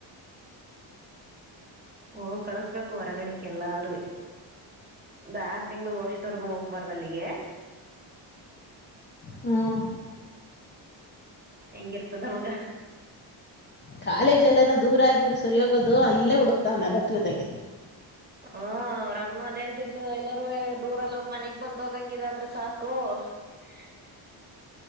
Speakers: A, on the right (about 20°); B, on the left (about 25°).
A: ಓ ಕಳ್ಸ್ಬೇಕು ಹೊರಗಡೆಕ್ಕೆ ಎಲ್ಲಾರುವೆ. ಒಂದ ಆರು ತಿಂಗಳ ವರ್ಷದವರ್ಗೂ ಹೋಗ್ಬಾರ್ದ ಅಲ್ಲಿಗೆ.
B: ಹ್ಮ್
A: ಹೆಂಗಿರ್ತದ ಅವಾಗ
B: ಕಾಲೇಜ್ ಅಲ್ಲಿನ ದೂರ ಆಗಿದ್ರೂ ಸರಿಯೋಗೋದು ಇಲ್ಲೇ ಹುಡುಕ್ತಾವ್ನಾನಲ್ ಹತ್ರದಾಗೆ
A: ಹ್ಮ ಅವ್ರಮ್ಮ ಅದೆ ಅಂತಿದ್ಲು ಎಲ್ಲಾರುವೆ ದೂರಲ್ಲೋಗ ಮನೆಗ್ ಬಂದ್ ಹೋಗಂಗಿದ ಆದ್ರೆ ಸಾಕು <unintelligible>
B: <unintelligible>